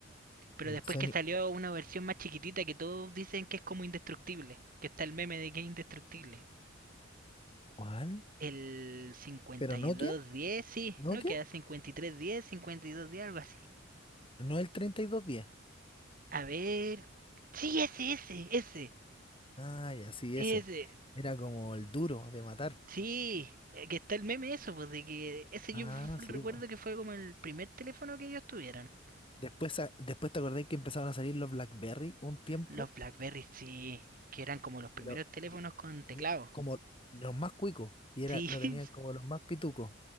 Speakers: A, on the right; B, on the left.
A: pero
B: El
A: después
B: Sony,
A: que salió una versión más chiquitita que todos dicen que es como indestructible, que está el meme de que es indestructible.
B: ¿cuál?
A: El cincuenta
B: ¿Pero Nokia?
A: y dos diez sí,
B: ¿Nokia?
A: no queda cincuenta cincuenta y y tres diez cincuenta y dos diez algo así.
B: No el treinta y dos diez
A: A ver. Sí, ese, ese, ese,
B: Ay, así
A: ese.
B: ese. Era como el duro de matar.
A: Sí, eh, que está el meme eso, pues de que ese
B: Ah,
A: yo recuerdo
B: sí, po.
A: que fue como el primer teléfono que ellos tuvieron.
B: Después, sa- después te acordé que empezaron a salir los BlackBerry un tiempo.
A: Los Blackberry, sí, que eran como los primeros
B: Y lo-
A: teléfonos
B: y-
A: con teclado.
B: y como
A: <laughs>
B: los más cuicos. Y era,
A: Sí,
B: lo
A: sí,
B: tenían como los más pitucos.